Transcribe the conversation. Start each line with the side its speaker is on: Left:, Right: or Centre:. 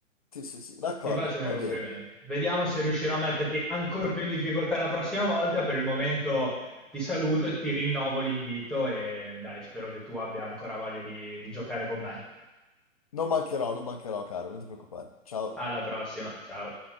Left: Sì, sì, sì, d'accordo,
Centre: ti faccio i miei
Left: va
Centre: complimenti.
Left: bene.
Centre: Vediamo se riuscirò a metterti ancora più in difficoltà la prossima volta, per il momento ti saluto e ti rinnovo l'invito e dai, spero che tu abbia ancora voglia di di giocare con me.
Left: Non mancherò, non mancherò, caro, non ti preoccupare. Ciao.
Centre: Alla prossima, ciao.